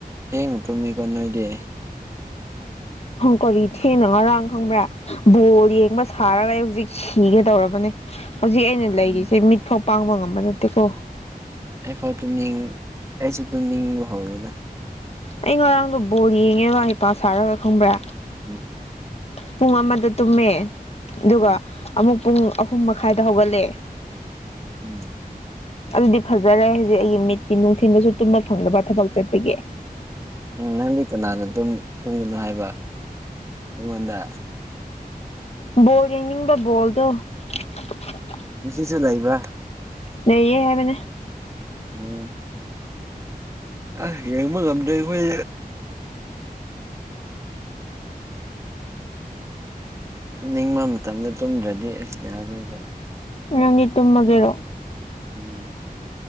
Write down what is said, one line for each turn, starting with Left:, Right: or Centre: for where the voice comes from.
Right: ꯊꯦꯡꯅ ꯇꯨꯝꯃꯤꯀꯣ ꯅꯣꯏꯗꯤ
Left: ꯀꯔꯤ ꯊꯦꯡꯅ ꯉꯔꯥꯡ ꯈꯪꯕ꯭ꯔꯥ ꯕꯣꯜ ꯌꯦꯡꯕ ꯁꯥꯔꯒ ꯍꯧꯖꯤꯛ ꯁꯤꯒꯗꯧꯔꯕꯅꯦ ꯍꯧꯖꯤꯛ ꯑꯩꯅ
Right: ꯎꯝ
Left: ꯂꯩꯔꯤꯁꯦ ꯃꯤꯠ ꯐꯥꯎ ꯄꯥꯡꯕ ꯉꯝꯕ ꯅꯠꯇꯦꯀꯣ
Right: ꯑꯩꯐꯥꯎ ꯇꯨꯃꯅꯤꯡ ꯑꯩꯁꯨ ꯇꯨꯅꯤꯡꯕ ꯍꯧꯔꯦꯗ
Left: ꯑꯩ ꯉꯔꯥꯡꯗꯣ ꯕꯣꯜ ꯌꯦꯡꯉꯦꯕ ꯍꯩꯄꯥ ꯁꯥꯔꯒ ꯈꯪꯕ꯭ꯔꯥ
Right: ꯎꯝ
Left: ꯄꯨꯡ ꯑꯃꯗ ꯇꯨꯝꯃꯦ ꯑꯗꯨꯒ
Right: ꯎꯝ
Left: ꯑꯃꯨꯛ ꯄꯨꯡ ꯑꯍꯨꯝ ꯃꯈꯥꯏꯗ ꯍꯧꯒꯠꯂꯦ
Right: ꯎꯝ
Left: ꯑꯗꯨꯗꯤ ꯐꯖꯔꯦ ꯍꯧꯖꯤꯛ ꯑꯩꯒꯤ ꯃꯤꯠꯇꯤ ꯅꯨꯡꯊꯤꯟꯗꯁꯨ ꯇꯨꯝꯕ ꯐꯪꯗꯕ ꯊꯕꯛ ꯆꯠꯄꯒꯤ
Right: ꯎꯝ ꯅꯪꯗꯤ ꯀꯅꯥꯅ ꯇꯨꯝꯒꯅꯣ ꯍꯥꯏꯕ ꯅꯉꯣꯟꯗ
Left: <unintelligible>
Right: ꯉꯁꯤꯁꯨ ꯂꯩꯕ꯭ꯔꯥ
Left: ꯂꯩꯌꯦ ꯍꯥꯏꯕꯅꯦ
Right: <unintelligible> ꯑꯁ ꯌꯦꯡꯕ ꯉꯝꯗꯦ ꯑꯩꯈꯣꯏ ꯇꯨꯝꯅꯤꯡꯕ ꯃꯇꯝꯗ ꯇꯨꯝꯗ꯭ꯔꯗꯤ ꯑꯁ ꯌꯥꯔꯣꯏꯕ
Left: ꯅꯪꯗꯤ ꯇꯨꯝꯃꯗꯣꯏꯔꯣ
Right: ꯎꯝ